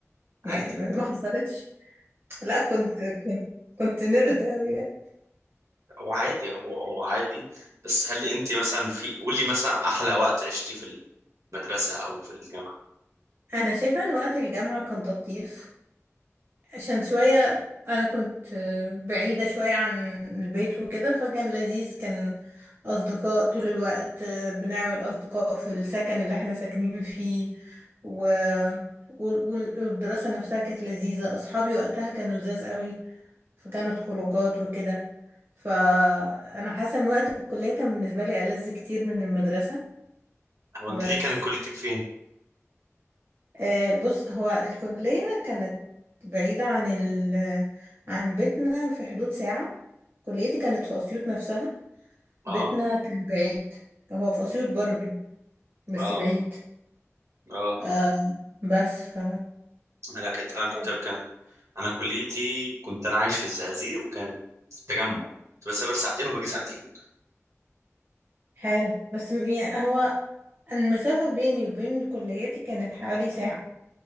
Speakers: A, on the right; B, on the right.
A: يعني
B: عادي
A: ما ما حصلتش لا كنت كنت كنت نرد قوي
B: هو عادي هو هو عادي بس هل انت مثلا في قول لي مثلا احلى وقت عشتي في المدرسه او في الجامعه
A: انا شايفه ان وقت الجامعه كان لطيف عشان شوية أنا كنت بعيدة شوية عن البيت وكده فكان لذيذ كان أصدقاء طول الوقت بنعمل أصدقاء في السكن اللي احنا ساكنين فيه و... وال- وال- والدراسة نفسها كانت لذيذة أصحابي وقتها كانوا لذاذ قوي فكانت خروجات وكده فأنا حاسة إن وقت الكلية كان بالنسبة لي ألذ كتير من المدرسة
B: هو
A: بس
B: انت ليه كانت كليتك فين
A: آه، بص هو الكلية كانت بعيدة عن ال عن بيتنا في حدود ساعة كليتي كانت في أسيوط نفسها
B: اه
A: بيتنا كان بعيد هو في أسيوط برضو بس
B: اه
A: بعيد
B: اه
A: آه بس ف
B: انا كنت انا كنت
A: كان
B: كان انا كليتي كنت انا عايش في الزقازيق وكانت في التجمع كنت بسافر ساعتين وباجي ساعتين
A: حلو بس م- يعني هو المسافة بيني وبين كليتي كانت حوالي ساعة